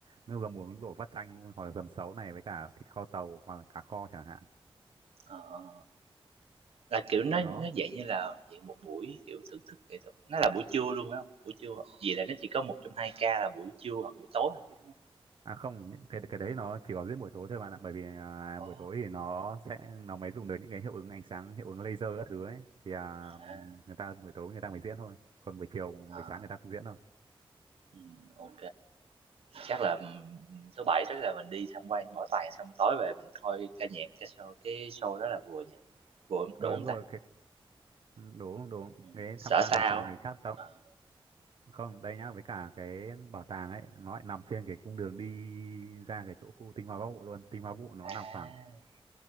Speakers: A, on the right; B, on the right.
A: nước dầm muối luộc vắt chanh hoặc là dầm sấu này với cả thịt kho tàu hoặc là cá kho chẳng hạn
B: Ờ. Là, kiểu, nó
A: đó
B: nó dạng như là dạng một buổi, kiểu, thưởng thức nghệ thuật, nó là buổi trưa luôn phải không Buổi trưa hoặc là nó chỉ có một trong 2 ca là buổi trưa hoặc buổi tối thôi chứ, đúng hông?
A: à không những cái cái đấy nó chỉ có diễn buổi tối thôi bạn ạ bởi vì à,
B: Ồ,
A: buổi tối thì nó sẽ nó mới dùng được những cái hiệu ứng ánh sáng hiệu ứng laser các thứ ấy thì à,
B: à,
A: người ta buổi tối người ta mới diễn thôi còn buổi chiều
B: à,
A: buổi sáng người ta không diễn đâu
B: ừm, ô Chắc là, ừm, thứ Bảy tức là mình đi tham quan bảo tàng xong tối về mình coi ca nhạc, ca show, cái show đó là vừa nhỉ? Vừa
A: ờ
B: đủ
A: đúng
B: hông
A: rồi
B: ta?
A: cái ừ, đúng đúng
B: Ừm,
A: cái
B: sợ
A: tham quan
B: sao
A: bảo tàng
B: á?
A: thì chắc tao
B: Ờ,
A: không đây nhá với cả cái bảo tàng ấy nó lại nằm trên cái cung đường đi ra cái chỗ khu Tinh Hoa Bắc Bộ luôn Tinh Hoa Bắc Bộ nó
B: à,
A: nằm khoảng